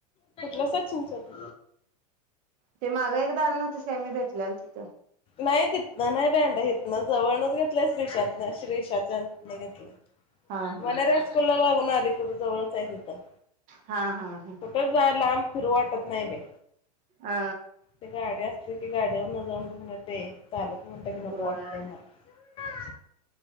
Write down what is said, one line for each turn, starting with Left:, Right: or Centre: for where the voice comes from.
Left: भेटल सचिनच्यात.
Right: ते मागं एकदा आलं नव्हतीस काय मी भेटल्यालो ते.
Left: नाही तिथन नाही <unintelligible> म जवळनच घेतलंयस श्रीशा तनं श्रीशाच्या <unintelligible>
Right: हा हा
Left: वनर हायस्कुल ला लागून हाय. कुठ जवळच हाय तिथं.
Right: हा हा हा
Left: कुठच जाय लांब फिरू वाटत नाही बाई.
Right: अ
Left: ते गाड्यास की गाड्यावरनंजाऊन घेऊन येते. चालत म्हटलं की नको
Right: होय
Left: वाटतंय मला